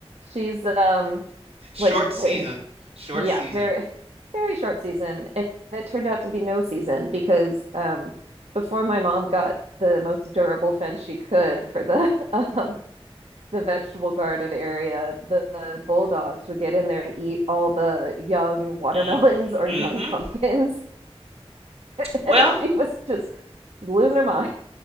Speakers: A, on the right (about 85°); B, on the right (about 70°).
A: she's um
B: short
A: like
B: season,
A: way
B: short
A: yeah,
B: season.
A: very very short season. And it turned out to be no season because um before my mom got the most durable fence she could for the <laughs> um the vegetable garden area, the, the bulldogs would get in there and eat all the young watermelons
B: Mm.
A: or young
B: Mm-hmm.
A: pumpkins. <laughs>
B: Well,
A: And she was just losing her mind.